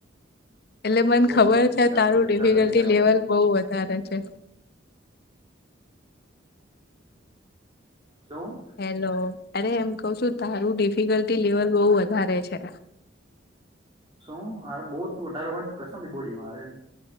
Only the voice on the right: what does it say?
પેલું નહી
કરવું
પડ્યું
સ્ટ્રગલ નહી કરવા
પડ્યું
શું
શું હરે બહુું વધારે વા કસમ બોડીમાં.